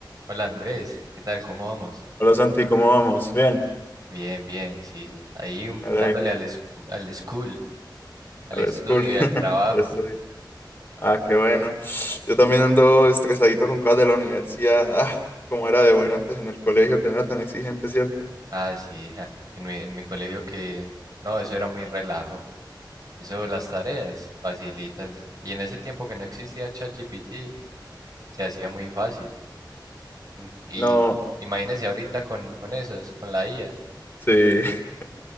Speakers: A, on the right; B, on the left.
A: Hola Andrés, ¿qué tal? ¿Cómo vamos?
B: Hola Santi, ¿cómo vamos? Bien,
A: Bien, bien, sí, s- ahí un-
B: me
A: dándole
B: alegro.
A: al, escu- al school, al
B: A
A: estudio
B: la school, <laughs>
A: y al trabajo.
B: al estudio. Ah, qué bueno. Yo también ando estresadito con cosas de la universidad. Ah, cómo era de bueno antes en el colegio, que no era tan exigente, ¿cierto?
A: Ah, sí, ja, En mi, en mi colegio que, no, eso era muy relajo. Eso, las tareas, facilitas. Y en ese tiempo que no existía ChatGPT, se hacía muy fácil. In- Y
B: No,
A: imagínese ahorita con, con esos, con la IA.
B: sí. <laughs>